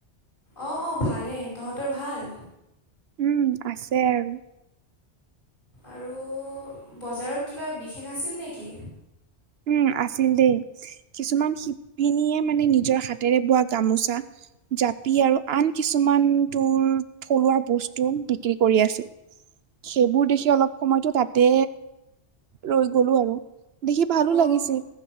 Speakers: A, on the left; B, on the right.
A: অ অ ভালেই। তহঁতৰ ভাল?
B: উম, আছে আৰু।
A: আৰু বজাৰত কিবা বিশেষ আছিল নেকি?
B: উম আছিল দেই। কিছুমান শিপিনীয়ে মানে নিজৰ হাতেৰে বোৱা গামোচা জাপি আৰু আন কিছুমান তোৰ থলুৱা বস্তু বিক্ৰী কৰি আছিল। সেইবোৰ দেখি অলপ সময়তো তাতে ৰৈ গলো আৰু। দেখিব- ভালো
A: অঁ
B: লাগিছিল।